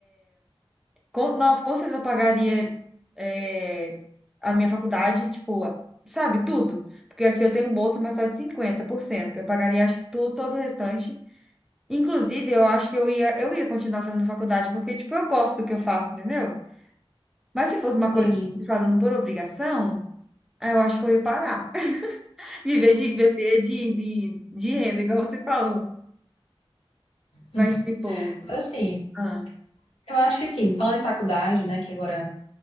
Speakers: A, in the centre; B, on the left (about 80°).
A: Com, nossa, com certeza eu pagaria é, a minha faculdade, tipo, sabe, tudo. Porque aqui eu tenho bolsa, mas só de 50%. Eu pagaria, acho que tudo, todo o restante. Inclusive, eu acho que eu ia, eu ia continuar fazendo faculdade, porque, tipo, eu gosto do que eu faço, entendeu? Mas se fosse uma
B: Entendi.
A: coisa que eu estivesse fazendo por obrigação, aí eu acho que eu ia parar. <laughs> Viver de, viver de, de, de renda, igual você falou.
B: Hum.
A: Mas, tipo,
B: Mas assim,
A: ah,
B: eu acho que sim, falando em faculdade, né, que agora,